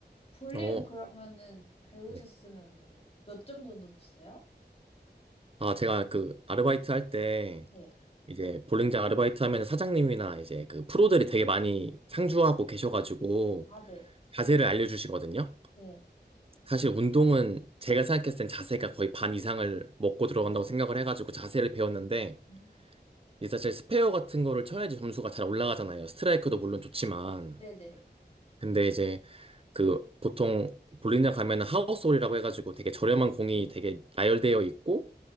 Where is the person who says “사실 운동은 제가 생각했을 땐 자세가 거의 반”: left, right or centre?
Right